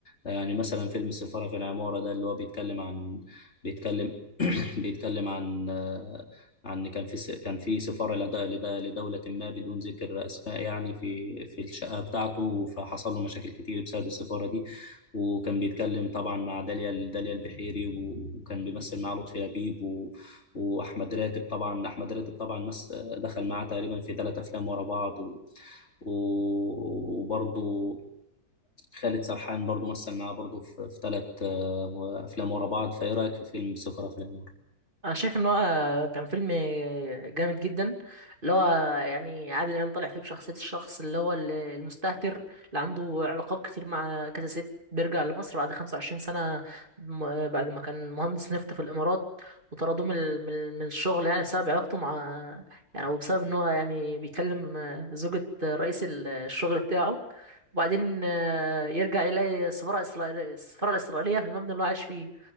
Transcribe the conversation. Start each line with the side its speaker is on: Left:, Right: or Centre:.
Left: آه، يعني مثلا فيلم السفارة في العمارة ده اللي هو بيتكلم عن بيتكلم <clears throat> بيتكلم عن آه، عن كان في س- كان في سفارة لد- لد- لدولة ما بدون ذكر أسماء يعني في في الشقة بتاعته فحصل له مشاكل كتير بسبب السفارة دي وكان بيتكلم طبعا مع داليا داليا البحيري و- وكان بيمثل مع لطفي لبيب و... وأحمد راتب طبعا أحمد راتب طبعا مس دخل معاه تقريبا في ثلاث أفلام ورا بعض و... و- وبرضه خالد سرحان برضه مثل معاه برضه في ثلاث أفلام ورا بعض فإيه رأيك في فيلم سفارة في العمارة؟
Right: انا شايف ان هو كان فيلم جامد جدا اللي هو يعني عادل امام طالع فيه بشخصيه الشخص اللي هو ال- المستهتر اللي عنده علاقات كتير مع كذا ست بيرجع لمصر بعد 25 سنه م- بعد ما كان مهندس نفط في الامارات وطردوه من ال- من ال- من الشغل يعني بسبب علاقته مع يعني وبسبب ان هو يعني بيكلم زوجة رئيس ال- الشغل بتاعه وبعدين آه، يرجع يلاقي السفاره الإسرائيلية السفاره الاسرائيليه في المبنى اللي هو عايش فيه